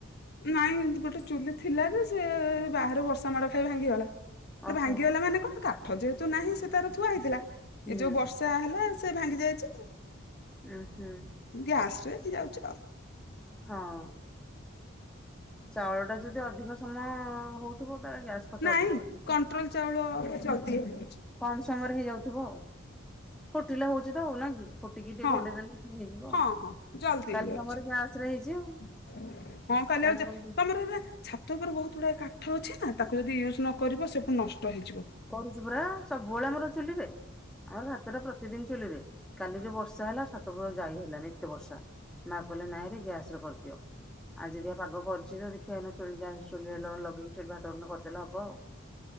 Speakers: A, on the left (about 55°); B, in the centre.
A: ନାଇଁ ଗୋଟେ ଚୁଲି ଥିଲା ଯେ ସେ ବାହାରେ ବର୍ଷା ମାଡ଼ ଖାଇ ଭାଙ୍ଗିଗଲା।
B: ଓହୋ
A: ଭାଙ୍ଗିଗଲା ମାନେ କଣ କାଠ ଯେହେତୁ ନାହିଁ ସେ ତାର ଥୁଆ ହେଇଥିଲା
B: ହୁଁ
A: ଏ ଯୋଉ ବର୍ଷା- ହେଲା ସେ ଭାଙ୍ଗି ଯାଇଛି ଆଉ।
B: ଉୁଁ ହୁଁ।
A: ଗ୍ୟାସରେ ହେଇଯାଉଛି ଆଉ।
B: ହଁ। ଚାଉଳଟା ଯଦି ଅଧିକ ସମୟ ହଉଥିବ ତାର ଗ୍ୟାସ୍ <unintelligible>
A: ନାଇଁ କଣ୍ଟ୍ରୋଲ ଚାଉଳ ଜଲଦି ହେଇଯାଉଛି
B: କମ ସମୟରେ ହେଇଯାଉଥିବ ଆଉ ଫୁଟିଲେ ହଉଛି ତ ନ କି? ଫୁଟିକି ଟିକେ
A: ହଁ।
B: ଘୋଡେଇ ଦେେଲେ ହେଇଯିବ।
A: ହଁ ହଁ ଜଲ୍ଦି
B: କାଲି
A: ହେଇଯାଉଛି
B: ତମର ଗ୍ୟାସ ରେ ହେଇଚି ଆଉ।
A: <unintelligible> ଛାତ ଉପରେ
B: କାଲି ଆମର
A: ବହୁତ ଗୁଡାକ କାଠ ଅଛି ନା ତାକୁ ଯଦି ୟୁଜ୍ ନ କରିବ ସେ ପୁଣି ନଷ୍ଟ ହେଇଯିବ।
B: କରୁଛୁ ପୁରା ସବୁବେଳେ ଆମର ଚୁଲିରେ। ଆମର ଭାତଟା ପ୍ରତିଦିନ ଚୁଲିରେ। କାଲି ଯୋଉ ବର୍ଷା ହେଲା ଛାତ ଉପରକୁ ଯାଇ ହେଲାନି ଏତେ ବର୍ଷା। ମା କହିଲେ ନାଇଁରେ ଗ୍ୟାସରେ କରିଦିଅ। <unintelligible>